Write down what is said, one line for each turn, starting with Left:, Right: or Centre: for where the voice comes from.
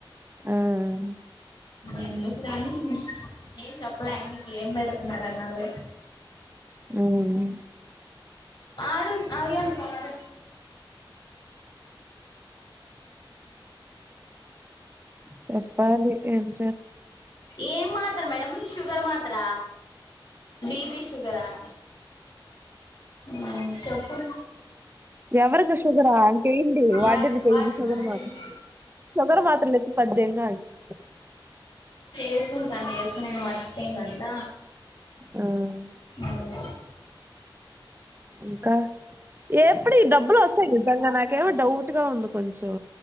Right: మ్మ్
Left: ఎన్నో ప్లానింగ్స్ ఏం చెప్పలే మీకు ఏం పెడుతున్నారుర అన్నారు
Right: మ్మ్
Left: ఆడున్ అయ్యన్ హ్మ్
Right: చప్పాలి ఎమ్
Left: ఏం మాత్ర మేడం షుగర్ మాత్ర బి పిస్ షుగరా హ్మ్ చెప్పు
Right: ఎవరికి షుగరా ఇంకెయ్యడి వాడదికయ్యంది
Left: వాడను వాడను
Right: షుగర్
Left: వాడను
Right: మాత్రం షుగర్ మాత్ర <inaudible>
Left: ఏసుకు తా ఏసుకు మర్చపోందంట
Right: మ్మ్
Left: అవును
Right: ఇంకా ఏప్పుడు ఈ డబ్బులు వస్తాయి నిజంగా నాకేమో డౌట్ గా ఉంది కొంచెం